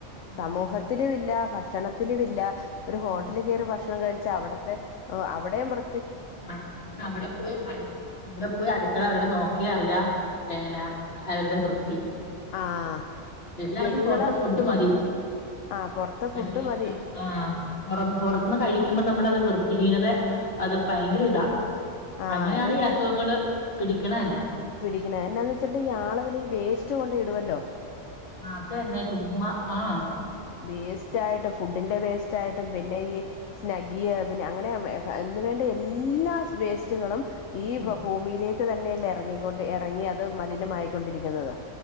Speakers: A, on the left; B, on the left.
A: ഉം
B: സമൂഹത്തിലും
A: ഉം
B: ഇല്ല ഭക്ഷണത്തിലുവില്ല ഒരു ഹോട്ടലിൽ
A: ആഹ്
B: കേറി ഭക്ഷണം കഴിച്ചാ അവിടത്തെ അവിടെയും വൃ
A: ആഹ് അവിടെ പോയി അട് അവിടെ പോയി അടുക്കള അവരുടെ നോക്കി അറിയാം എങ്ങനാ അവരുടെ വൃത്തി
B: ആഹ്
A: എല്ലാർക്കും
B: എലികള്
A: പൊറത്തെ ഫുഡ് മതി
B: ആഹ് പൊറത്തെ
A: പക്ഷെ
B: ഫുഡ് മതി
A: ആഹ് പൊറം പൊറത്ത്ന്ന് കഴിക്കുമ്പോ നമ്മളത് വൃത്തിഹീനത അത് ഭയങ്കര ഇതാ
B: ആഹ്
A: അങ്ങനെയാണ്
B: അതെന്നാ
A: ഈ അസുഖങ്ങള് പിടിക്കണ തന്നെ
B: പിടിക്കണ എന്നാന്ന് വച്ചട്ടുണ്ടെ ഈ ആളുകൾ ഈ വേസ്റ്റ് കൊണ്ട് ഇടുമല്ലോ
A: അത് തന്നെ ചുമ്മാ ആഹ്
B: വേസ്റ്റ് ആയിട്ടും ഫുഡിന്റെ വേസ്റ്റ് ആയിട്ടും പിന്നെ ഈ സ്നഗിയ് പിന്നെ അങ്ങനെ എന്ന് വേണ്ട എല്ലാ വേസ്റ്റുകളും ഈ
A: ഉം
B: ഭൂമിയിലേക്ക് തന്നെയല്ലേ എറങ്ങിക്കൊണ്ട് എറങ്ങി അത് മലിനമായിക്കൊണ്ടിരിക്കുന്നത്